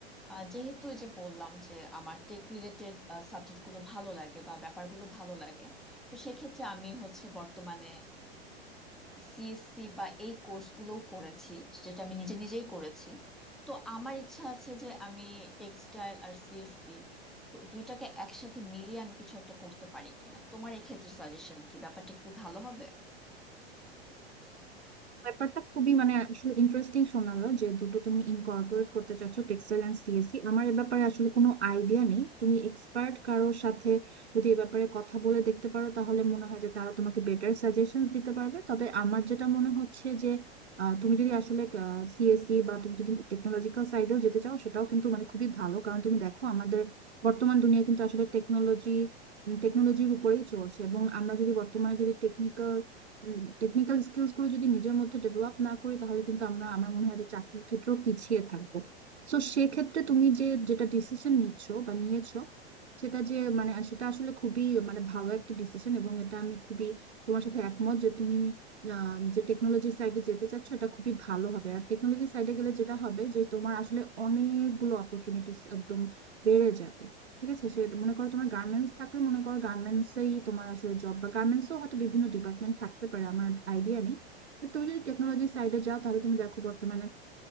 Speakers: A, in the centre; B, on the right.
A: আহ, যেহেতু এই যে বললাম যে আমার টেক রিলেটেড সাবজেক্টগুলো ভালো লাগে বা ব্যাপারগুলো ভালো লাগে তো সেক্ষেত্রে আমি হচ্ছে বর্তমানে সিএসসি বা এই কোর্সগুলো করেছি যেটা আমি নিজে নিজেই করেছি তো আমার ইচ্ছা আছে যে আমি টেক্সটাইল আর সিএসসি তো দুইটাকে একসাথে মিলিয়ে আমি কিছু একটা করতে পারি কিনা তোমার এক্ষেত্রে সাজেশন কি ব্যাপারটা কি ভালো হবে
B: ব্যাপারটা খুবই মানে আসলে ইন্টারেস্টিং শোনালো যে দুটো তুমি ইনকর্পোরেট করতে চাচ্ছ টেক্সটাইল এন্ড সিএসসি আমার এ ব্যাপারে আসলে কোনো আইডিয়া নেই তুমি এক্সপার্ট কারোর সাথে যদি এ ব্যাপারে কথা বলে দেখতে পারো তাহলে মনে হয় যে তারা তোমাকে বেটার সাজেশন দিতে পারবে তবে আমার যেটা মনে হচ্ছে যে আহ, তুমি যদি আসলে সিএসসি বা তুমি যদি টেকনোলজিক্যাল সাইডেও যেতে চাও সেটাও কিন্তু মানে খুবই ভালো কারণ তুমি দেখো আমাদের বর্তমান দুনিয়া কিন্তু আসলে টেকনোলজি টেকনোলজির উপরেই চলছে এবং আমরা যদি বর্তমানে যদি টেকনিক্যাল টেকনিক্যাল স্কিলস গুলো যদি নিজের মধ্যে ডেভেলপ না করি তাহলে কিন্তু আমরা আমার মনে হয় যে চাকরির ক্ষেত্রেও পিছিয়ে থাকবো তো সেক্ষেত্রে তুমি যে যেটা ডিসিশন নিচ্ছ বা নিয়েছো সেটা যে মানে সেটা আসলে খুবই মানে ভালো একটা ডিসিশন এবং এটা আমি খুবই তোমার সাথে একমত যে তুমি আহ, যে টেকনোলজি সাইডে যেতে চাচ্ছ এটা খুবই ভালো হবে আর টেকনোলজি সাইডে গেলে যেটা হবে যে তোমার আসলে অনেকগুলো অপরচুনিটিস একদম বেড়ে যাবে ঠিক আছে সে মনে করো তোমার গার্মেন্টস থাকলে মনে করো গার্মেন্টস এই তোমার আসলে জব বা গার্মেন্টস ও হয়তো বিভিন্ন ডিপার্টমেন্ট থাকতে পারে আমার আইডিয়া নেই বাট তুমি যদি টেকনোলজি সাইডে যাও তাহলে তুমি দেখো বর্তমানে